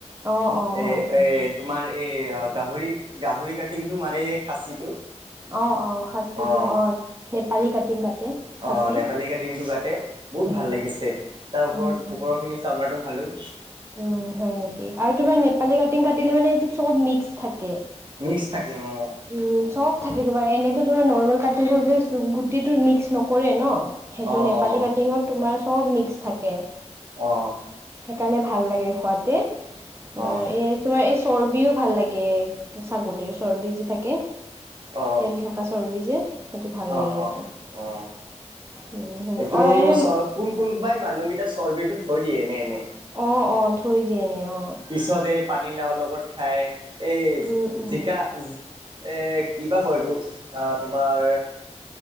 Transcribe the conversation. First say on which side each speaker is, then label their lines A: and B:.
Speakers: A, on the right; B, on the right.
A: অ অ
B: এ,
A: হয়
B: এ, তোমাৰ এই গাহৰি গাহৰি কাটিংটো মানে, এই খাচীটো
A: অ অ খাচীটো
B: আহ,
A: অ নেপালী কাটিং কাটে খাচী
B: আহ নেপালী কাটিংটো কাটে। বহুত
A: উম
B: ভাল লাগিছে। তাৰ ওপৰত,
A: উম উম
B: ওপৰৰখিনি চামৰাটো খালোঁ।
A: উম হয় নেকি? আৰু তোমাৰ নেপালী কাটিং কাটিলে মানে এইটো চব মিক্স থাকে।
B: মিক্সছ থাকে, অ।
A: উম্, চব থাকে তোমাৰ। এনেইতো ধৰা, নৰ্মেল কাটিং কৰিলে গোটেইটো মিক্স নকৰে ন'। সেইটো
B: অ',
A: নেপালী
B: অ',
A: কাটিঙত তোমাৰ চব মিক্স থাকে।
B: অ।
A: সেইকাৰণে ভাল লাগে খুৱাতে, তোমাৰ
B: অ',
A: এই তোমাৰ এই চৰ্বিও ভাল লাগে ছাগলীৰ, চৰ্বি যে থাকে,
B: অ',
A: তেল থাক পা চৰ্বি যে, সেইটো ভাল
B: অ,
A: লাগে কিন্তু
B: অ, অ,
A: উম, সেনেকুৱা
B: এইটো
A: এ
B: চ কোন কোনবাই মানুহকেইটা চৰ্বিটো থৈ দিয়ে এনে এনেই।
A: অ, অ, থৈ দিয়ে এনেই অ।
B: পিছত এই পানীলাওৰ লগত খাই, এই
A: উম, উম,
B: জিকা এ কিবা কয় এইটো! আহ তোমাৰ